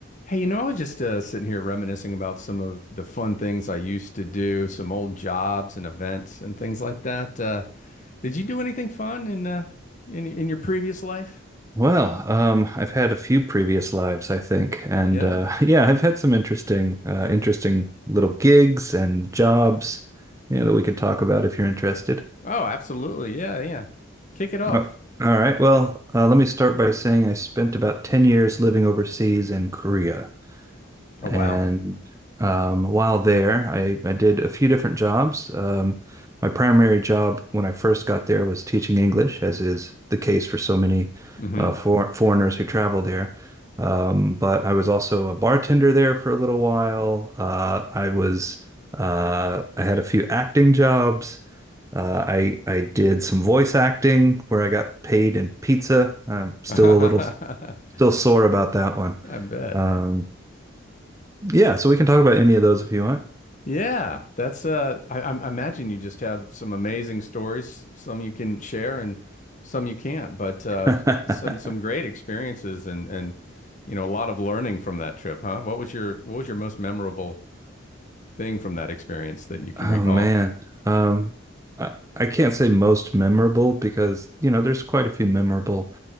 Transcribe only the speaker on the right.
Well, um, I've had a few previous lives, I think, and
uh, <laughs> yeah, I've had some interesting, uh, interesting little gigs and jobs, yeah, that we could talk about if you're interested.
Oh, all right. Well, uh, let me start by saying I spent about 10 years living overseas in Korea.
And
um, while there, I, I did a few different jobs. Um, my primary job when I first got there was teaching English, as is the case for so many
uh, for foreigners who travel there. Um, but I was also a bartender there for a little while. Uh, I was uh, I had a few acting jobs. Uh, I I did some voice acting where I got paid in pizza. I'm still
a little still sore about that one.
Um, yeah, so we can talk about any of those if you want.
<laughs>
Oh
man. Um I, I can't say most memorable because, you know, there's quite a few memorable